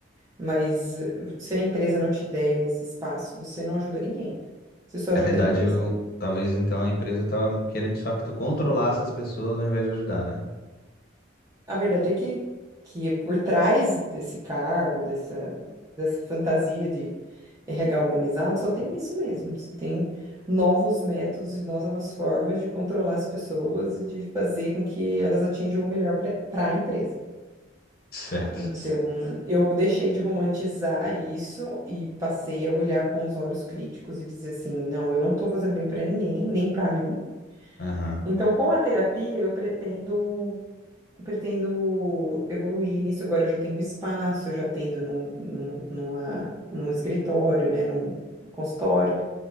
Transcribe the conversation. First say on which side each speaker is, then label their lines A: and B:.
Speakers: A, on the right; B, on the left.
A: Mas eh, se a empresa não te der esse espaço, você não ajuda ninguém. Você só
B: Na
A: ajuda
B: verdade,
A: a empresa.
B: o- talvez então a empresa tava querendo só que tu controlasse as pessoas ao invés de ajudar, né?
A: A verdade é que, que é por trás desse cargo, dessa, dessa fantasia de RH humanizado, só tem isso mesmo. Você tem novos métodos e novas formas de controlar as pessoas e de fazer com que elas atinjam o melhor para a empresa.
B: Certo.
A: Então, eu deixei de romantizar isso e passei a olhar com os olhos críticos e dizer assim: não, eu não estou fazendo bem para ninguém, nem para mim.
B: Aham.
A: Então, com a terapia, eu pretendo. Eu pretendo evoluir nisso agora. Eu já tenho um espaço, já tendo num, num, numa, num escritório, né, num consultório.